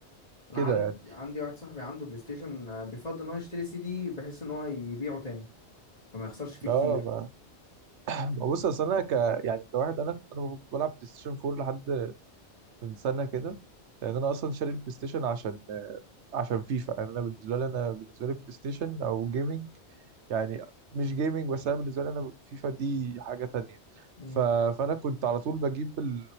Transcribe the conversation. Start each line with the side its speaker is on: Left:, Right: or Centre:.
Left: انا
Right: كده
Left: عندي
Right: يعني
Left: عندي واحد صاحبي عنده بلاي ستيشن آه، بيفضل ان هو يشتري سي دي بحيث ان هو يبيعه تاني فما يخسرش فيه كتير
Right: اه ما ما بص اصل انا ك يعني كواحد انا انا كنت بلعب بلاي ستيشن 4 لحد من سنه كده لان انا اصلا شاري البلاي ستيشن عشان عشان فيفا يعني انا بالنسبه لي انا بالنسبه لي بلاي ستيشن او جيمنج يعني مش جيمنج بس انا بالنسبه لي انا فيفا دي حاجه تانية
Left: مم.
Right: ف... فانا كنت على طول بجيب ال...